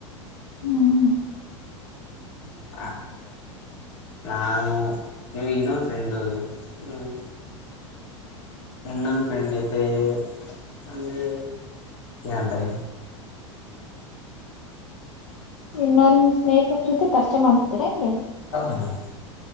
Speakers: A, on the left; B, on the left.
A: ಹ್ಮ್
B: <unintelligible> ನಾವು ನಿಮಗೆ ಇನ್ನೊ ಫ್ರೆಂಡ್ ಅದು ಹ್ಮ್ ಇನ್ನೊಂದು ಫ್ರೆಂಡ್ ಜತೆ ಅಂದ್ರೆ ಏಂತಾರೆ
A: ಇನ್ನನ್ ಸ್ನೇಹಿತನ್ ಜೊತೆ ಪರಿಚಯ ಮಾಡ್ಸ್ತೀರಾ ಹಂಗೆ
B: ಹೌದು